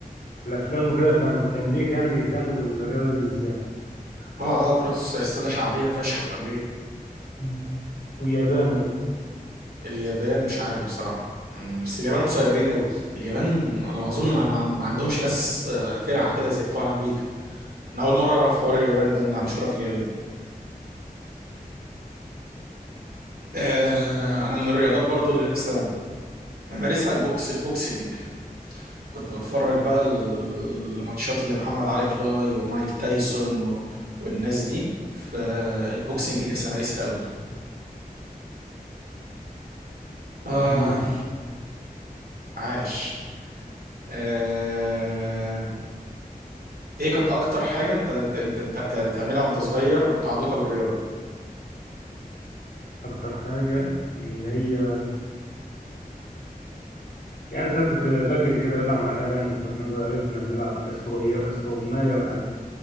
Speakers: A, on the left; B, on the right.
A: في الأفلام وكده في الأم- في أمريكا يعني بيهتموا بالرياضة دي بالذات
B: اه اه كرة السلة شعبية فشخ في امريكا
A: مم. واليابان برضه
B: اليابان مش عارف بصراحة مم، بس اليابان قصيرين قوي اليابان انا ما اظن
A: مم.
B: ما, ما ما عندهمش ناس آه، فرعة كده زي بتوع امريكا انا اول مرة اعرف حوار اليابان ده انها مشهورة في اليابان آه، انا من الرياضات برضو اللي نفسي امارسها البوكس البوكسنج كنت بتفرج بقى ال- الماتشات اللي محمد علي كلاي ومايك تايسون و... والناس دي فالبوكسنج نفسي امارسها قوي آه
A: مم.
B: عاش آه ايه كانت اكتر حاجة انت انت انت أنت بت- بتعملها وانت صغير متعلقة بالرياضة
A: أكتر حاجة اللي هي يعني ساعات كنت بجري كده بلعب مع العيال يعني واحنا صغيرين كنا بنلعب استغوية استغماية والحاجات دي.